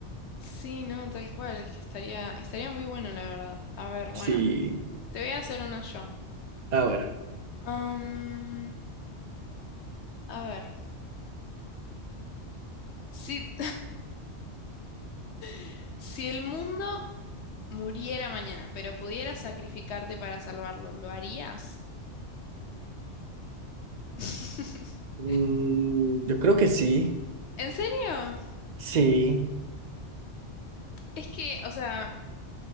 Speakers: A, on the left (about 70°); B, on the right (about 55°).
A: Sí, no, tal cual, es que estaría, estaría muy bueno, la verdad. A ver,
B: Sí,
A: bueno, te voy a hacer una yo.
B: a ver.
A: Am, a ver, si, <laughs> si el mundo muriera mañana, pero pudieras sacrificarte para salvarlo, ¿lo harías? <laughs>
B: mm, yo creo que sí,
A: ¿En serio?
B: sí.
A: Es que, o sea,